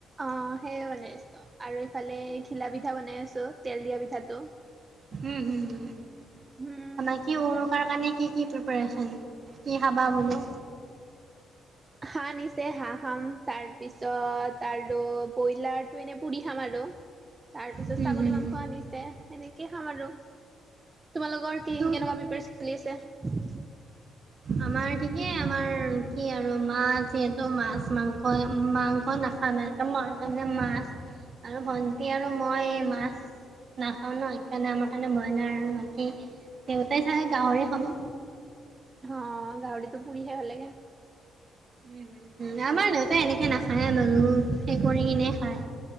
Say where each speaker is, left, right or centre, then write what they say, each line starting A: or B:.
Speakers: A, on the right; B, on the right.
A: অ সেইয়ে বনাই আছো। আৰু ইফালে ঘিলা পিঠা বনাই আছো। তেল দিয়া পিঠাটো।
B: উম হুম হম
A: উম
B: আমাৰ কি উৰুকাৰ কাৰণে কি কি পিপেৰচন। কি খাবা বোলো।
A: হাঁহ আনিছে হাঁহ খাম তাৰপিছত আৰু ব্ৰইলাৰটো এনে পুৰি খাম আৰু তাৰ পিছত
B: হুম
A: ছাগলী
B: হুম
A: মাংস আনিছে সেনেকেই খাম আৰু তোমালোকৰ কি
B: তো
A: কেনেকুৱা পিপেয়াৰ চলি আছে।
B: আমাৰ ঠিকে আমাৰ কি আৰু মা যিহেতু মাছ মাংস মাংস নাখায়। মা কাৰণে মাছ, আৰু ভন্টি আৰু মই মাছ নাখাও ন সেইকাৰণে আমাৰ কাৰণে মই নাই আৰু বাকী। দেউতাই খাই গাহৰি খাব।
A: অ গাহৰিতো পুৰি খাই ভাল লাগে
B: উম আমাৰ দেউতাই এনেকে নাখায়। মানুহ সেই কৰি কিনে খায়।